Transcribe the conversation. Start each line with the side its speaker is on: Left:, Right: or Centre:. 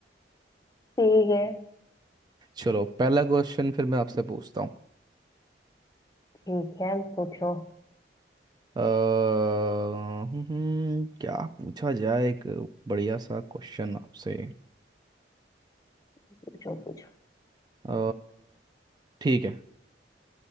Left: ठीक है
Right: चलो पहला क्वेश्चन फिर मैं आपसे पूछता हूँ
Left: ठीक है पूछो
Right: अ, हम्म, हम्म, क्या पूछा जाए एक बढ़िया सा क्वेश्चन आपसे
Left: पूछो पूछो
Right: अ, ठीक है